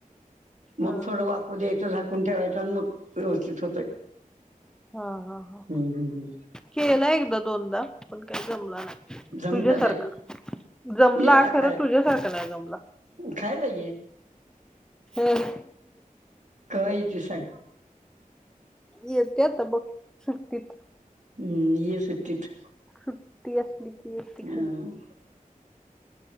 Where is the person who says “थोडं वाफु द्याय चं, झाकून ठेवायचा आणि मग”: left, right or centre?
Right